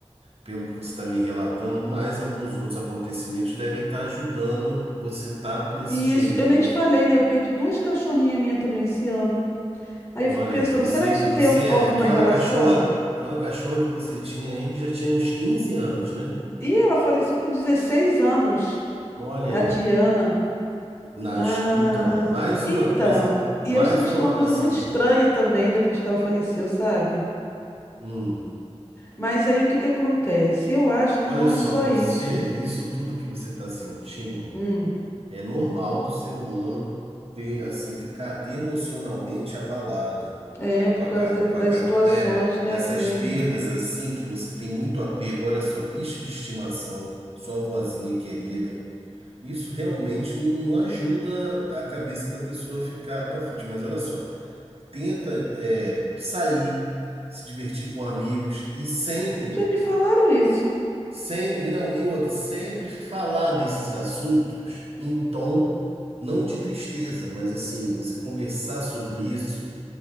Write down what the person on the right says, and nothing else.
pelo que você está me relatando, mais alguns outros acontecimentos devem estar ajudando você estar nesse
jeito,
né?
Olha
aí, você
e você
é aquela
cachorra, tem uma cachorra que você tinha aí que já tinha uns 15 anos, né?
Olha
aí.
Na,
his- então, mais
uma coisa, mais
uma
assim,
hum,
olha
só,
você,
isso tudo que você está sentindo
é normal do ser humano ter assim ficar emocionalmente abalado
com a,
ca- com
a,
ca-
né,
essas
perdas assim que você tem muito apego. Olha só, bicho de estimação, sua vozinha querida Isso realmente não, não ajuda a cabeça da pessoa a ficar para frente. Mas olha só, tenta é, sair, se divertir com amigos e sempre,
sempre, não, e outra, sempre falar nesses assuntos em tom não de tristeza, mas assim, você conversar sobre isso,